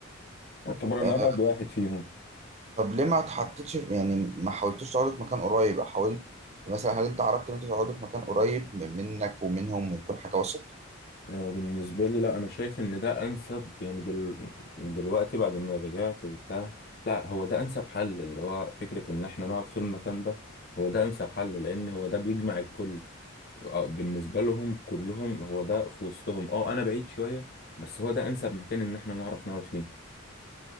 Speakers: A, on the left (about 45°); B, on the right (about 30°).
A: يعتبر أنا
B: آه،
A: أبعد واحد فيهم
B: طب ليه ما اتحطيتش في- يعني ما حاولتوش تقعدوا في مكان قريب حاولت مثلا هل انت عرضت ان انتوا تقعدوا في مكان قريب م- منك ومنهم ويكون حاجة وسط
A: هو بالنسبة لي لا أنا شايف إن ده أنسب يعني دل... دلوقتي بعد ما رجعت وبتاع لا هو ده أنسب حل اللي هو فكرة إن إحنا نقعد في المكان ده هو ده أنسب حل لأن هو ده بيجمع الكل آه، بالنسبة لهم كلهم هو ده في وسطهم أه أنا بعيد شوية بس هو ده أنسب مكان إن إحنا نعرف نقعد فيه